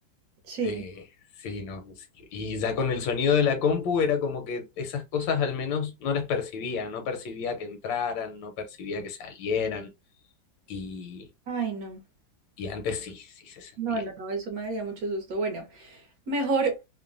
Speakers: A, on the right; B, on the left.
A: Sí,
B: Eh, sí, no. sí. Y ya con el sonido de la compu era como que esas cosas al menos no las percibía. No percibía que entraran, no percibía que salieran. Y,
A: ay, no.
B: y antes sí, sí se sentía.
A: No, no, no, eso me daría mucho susto. Bueno, mejor,